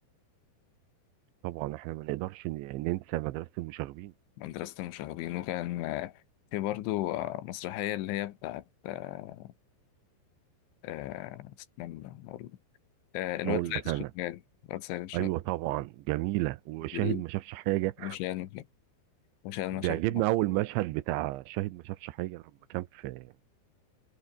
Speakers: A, on the right (about 80°); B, on the left (about 80°).
A: طبعا احنا ما نقدرش ن- ننسى مدرسة المشاغبين
B: مدرسة المشاغبين وكان آه، في برضو آه، مسرحية اللي هي بتاعت آه، آه، استنى أقول آه، الواد
A: اقول
B: سيد
A: لك
B: الشغال
A: انا
B: الواد سيد الشغال
A: ايوه طبعا جميلة وشاهد
B: الجديد،
A: ما شافش حاجة
B: مش يعني مش يعني مش يعني
A: بيعجبني
B: مش يعني
A: اول مشهد بتاع شاهد ما شافش حاجه لما كان في